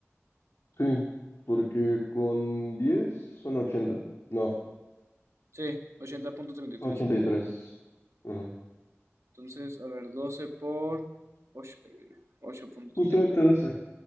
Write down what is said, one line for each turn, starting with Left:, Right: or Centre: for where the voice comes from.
Left: Sí, porque con 10 son ochenta No,
Right: Sí, ochenta punto treinta y
Left: son
Right: tres.
Left: 83. Ajá.
Right: Entonces, a ver, 12 por ocho ocho punto treinta
Left: Justamente
Right: y tres.
Left: doce